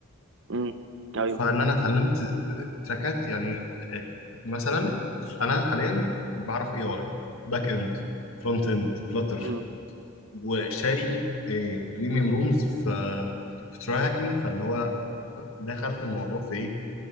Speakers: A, on the right; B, on the left.
A: مم. ايوه
B: فان انا اتعلمت تراكات يعني آه مثلا انا حاليا بعرف اي اي باك اند فرونت اند فلاتر
A: مم.
B: وشاري آه، بريميوم رومز في في تراي هاكني فاللي هو دخلت الموضوع في ايه